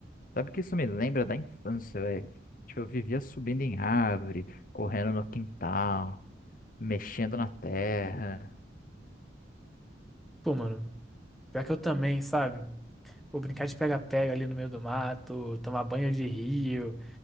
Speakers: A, on the left (about 50°); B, in the centre.
A: sabe que isso me lembra da infância, velho? Tipo, eu vivia subindo em árvore, correndo no quintal, mexendo na terra.
B: Pô, mano, pior que eu também, sabe? Pô, brincar de pega-pega ali no meio do mato, tomar banho de rio.